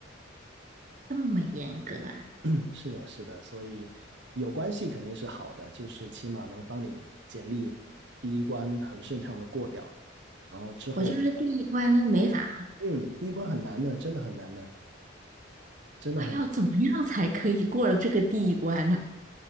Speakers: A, on the right; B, on the right.
A: 这么严格啊！
B: <clears throat> 是的，是的。所以有关系肯定是好的，就是起码能帮你简历第一关很顺畅的过掉。然后之后，
A: 我就是第一关都没法，
B: 嗯，第一关很难的，真的很难的，真的很难，
A: 哇，要怎么样才可以过了这个第一关呢？